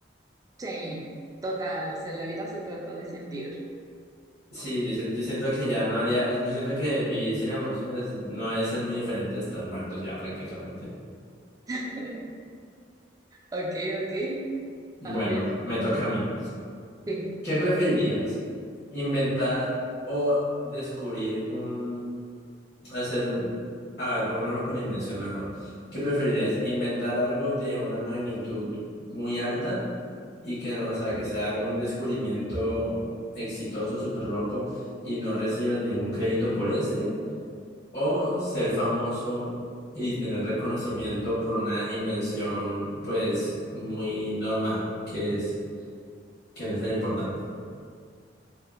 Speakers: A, on the right (about 20°); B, on the left (about 65°).
A: Sí, total, o sea, la vida se trata de sentir.
B: Sí, yo, sien- yo siento que ya no haría, yo siento que vivir sin emociones no es ser muy diferente de estar muerto ya prácticamente.
A: <laughs> Ok, ok.
B: Bueno,
A: A ver,
B: me toca a mí.
A: sí.
B: ¿Qué preferirías? ¿Inventar o descubrir un, hacer un, a ver, pongámoslo con invención mejor. ¿Qué preferirías? ¿Inventar algo de una magnitud muy alta y que, o sea, que sea un descubrimiento exitoso, súper loco y no recibas ningún crédito por este? O ser famoso y tener reconocimiento por una invención, pues, muy normal, que es, que no es tan importante.